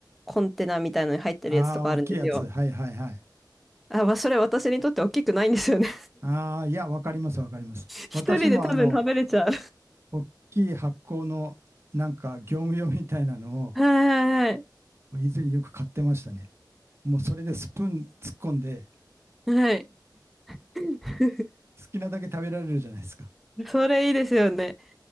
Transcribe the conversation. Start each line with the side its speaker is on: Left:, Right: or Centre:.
Centre: コンテナみたいのに入ってるやつとかあるんですよ。
Right: ああ、大きいやつ。はいはいはい。
Centre: あ、まあ、それ私にとって大きくないんですよね。
Right: ああ、いや、わかりますわかります。
Centre: <laughs> 一人で多分食べれちゃう。
Right: 私もあの、大きい発酵のなんか業務用みたいなのを
Centre: はいはいはい。
Right: 以前よく買ってましたね。もうそれでスプーン突っ込んで、
Centre: はい。<laughs>
Right: 好きなだけ食べられるじゃないですか。
Centre: それいいですよね。